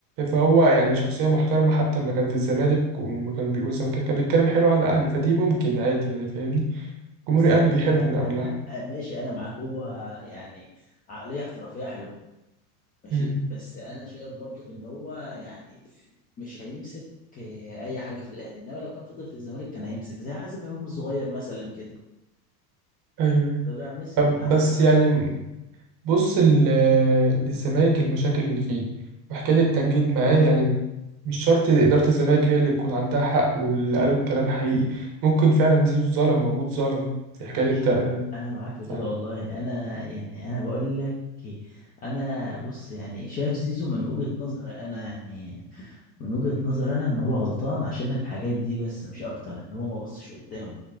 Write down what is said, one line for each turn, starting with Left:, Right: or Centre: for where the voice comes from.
Right: فهو يعني شخصية محترمة حتى لما كان في الزمالك وما كان بيقول الزمالك كان بيتكلم حلو على الأهلي فدي ممكن عادي يعني فاهمني
Left: بس
Right: جمهور الأهلي بيحبه
Left: انا
Right: من قبلها
Left: <laughs> ماشي انا معاك هو يعني عقليه احترافيه حلوه ماشي
Right: امم
Left: بس انا شايف برضه ان هو يعني مش هيمسك اي حاجه في الاهلي انما لو كان فضل في الزمالك كان هيمسك زي حازم امام الصغير مثلا كده
Right: أيوه
Left: طلع مسك
Right: طب
Left: آه،
Right: بس يعني بص ال- للزمالك المشاكل اللي فيه وحكاية التجديد معاه يعني مش شرط إدارة الزمالك هي اللي يكون عندها حق واللي قالوا الكلام حقيقي ممكن فعلا زيزو اتظلم وأبوه اتظلم في حكاية
Left: ماشي
Right: التقديم
Left: انا معاك في
Right: صح
Left: كده والله انا يعني انا بقول لك انا بص يعني شايف زيزو من وجهة نظري انا يعني من وجهة نظري انا ان هو غلطان عشان الحاجات دي بس مش اكتر ان هو ما بصش قدامه